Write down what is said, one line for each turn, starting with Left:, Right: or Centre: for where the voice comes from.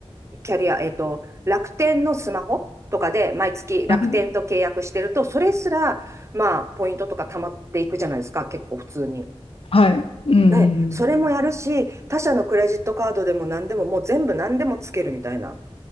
Right: キャリア、えっと、楽天のスマホとかで、毎月楽天と契約してると、
Left: はい。
Right: それすら、まあ、ポイントとか貯まっていくじゃないですか、結構普通に。
Left: はい。うんうんうん。
Right: で、それもやるし、他社のクレジットカードでも何でも、もう全部何でもつけるみたいな。